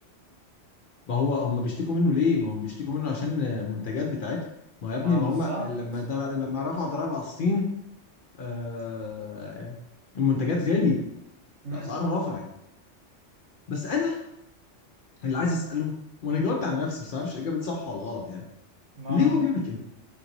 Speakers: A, on the left (about 55°); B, on the right (about 80°).
A: ما هو هم بيشتكوا منه ليه؟ ما هم بيشتكوا منه عشان المنتجات بتاعتهم ما هو يا
B: ما
A: ابني ما
B: بالظبط
A: هم لما در... لما رفع ضرائب على الصين آه... المنتجات غليت
B: مم.
A: الاسعار رفعت بس انا اللي عايز اساله وانا جاوبت على نفسي بس معرفش اجابه صح ولا غلط يعني
B: ما
A: ليه هو بيعمل كده؟